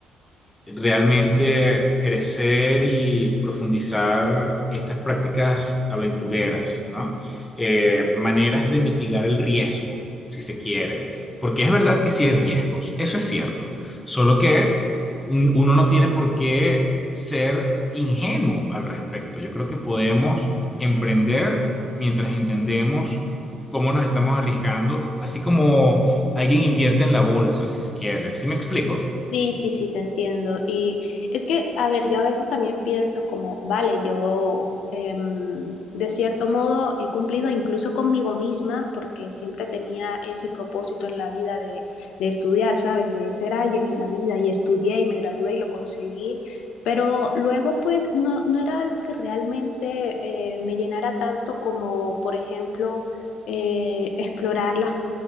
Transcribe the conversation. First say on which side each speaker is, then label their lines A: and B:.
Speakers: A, on the left; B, on the left.
A: realmente crecer y profundizar estas prácticas aventureras, ¿no? Eh, maneras de mitigar el riesgo, si se quiere, porque es verdad que sí hay riesgos, eso es cierto, solo que mm, uno no tiene por qué ser ingenuo al respecto. Yo creo que podemos emprender mientras entendemos cómo nos estamos arriesgando, así como alguien invierte en la bolsa, si se quiere. ¿Sí me explico?
B: Sí, sí, sí, te entiendo. Y es que, a ver, yo a veces también pienso como, vale, yo em, de cierto modo he cumplido incluso conmigo misma porque siempre tenía ese propósito en la vida de, de estudiar, ¿sabes? De ser alguien en la vida y estudié y me gradué y lo conseguí. Pero luego, pues, no, no era algo que realmente eh, me llenara tanto como, por ejemplo, eh, explorar las,